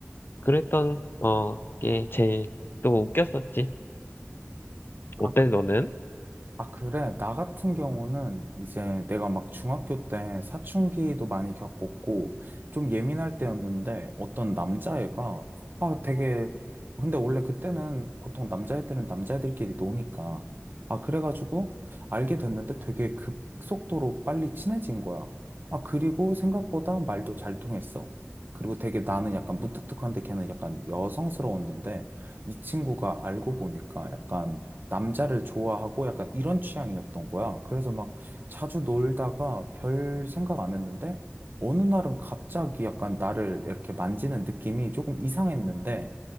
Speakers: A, on the left; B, on the right.
A: 그랬던 어게 제일 또 웃겼었지
B: 아,
A: 어때
B: 그
A: 너는?
B: 아, 그래. 나 같은 경우는 이제 내가 막 중학교 때 사춘기도 많이 겪었고 좀 예민할 때였는데 어떤 남자애가 아, 되게 근데 원래 그때는 보통 남자애들은 남자애들끼리 노니까 아, 그래가지고 알게 됐는데 되게 급속도로 빨리 친해진 거야. 아, 그리고 생각보다 말도 잘 통했어. 그리고 되게 나는 약간 무뚝뚝한데 걔는 약간 여성스러웠는데 이 친구가 알고 보니까 약간 남자를 좋아하고 약간 이런 취향이었던 거야. 그래서 막 자주 놀다가 별 생각 안 했는데 어느 날은 갑자기 약간 나를 이렇게 만지는 느낌이 조금 이상했는데